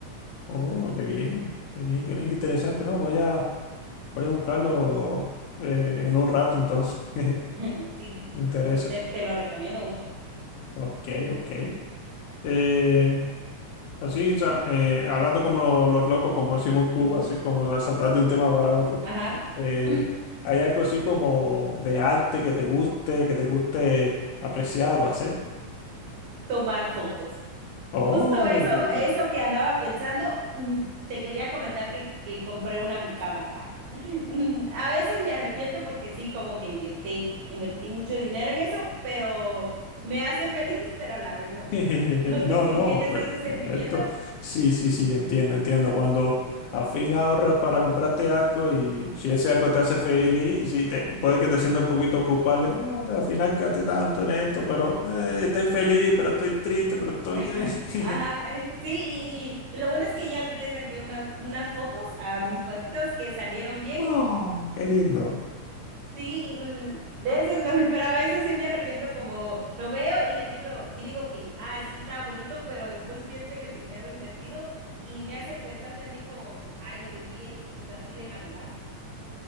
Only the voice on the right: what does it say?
<laughs> Sí,
te, te lo recomiendo mucho.
Ujú.
Ajá.
<clears throat>
Tomar fotos.
Justo eso,
eso
que andaba pensando, mm, te quería comentar que, que compré una mi cámara. <laughs> Mm, A veces me arrepiento porque sí, como que invertí, invertí mucho dinero en eso, pero me hace feliz, <laughs> pero a la vez no.
No sé
si
entiendes
ese sentimiento.
<laughs> Ajá,
eh, sí, y, y- y lo bueno es que ya le saqué unas, unas fotos a mis perritos que salieron bien
Sí, y l- de veces lo- <laughs> pero a veces sí me arrepiento como lo veo y le digo y digo que ah, sí estaba bonito, pero después pienso en el dinero invertido y me hace pensar también como, ay, lo debí invertir en algo más. <laughs>